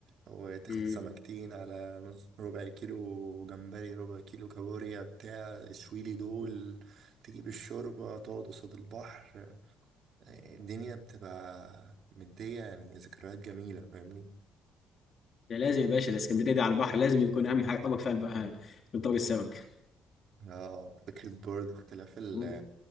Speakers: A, on the right (about 50°); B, on the left (about 35°).
A: وتاخد
B: مم.
A: سمكتين على نص ربع كيلو جمبري ربع كيلو كابوريا بتاع شويلي دول تجيب الشوربة تقعد قصاد البحر يعني الدنيا بتبقى مدية يعني ذكريات جميلة فاهمني
B: ده لازم يا باشا ده اسكندرية دي على البحر لازم يكون أهم حاجة طبق فيها بقى يكون طبق السمك
A: اه فكرة برضه اختلاف ال
B: مم.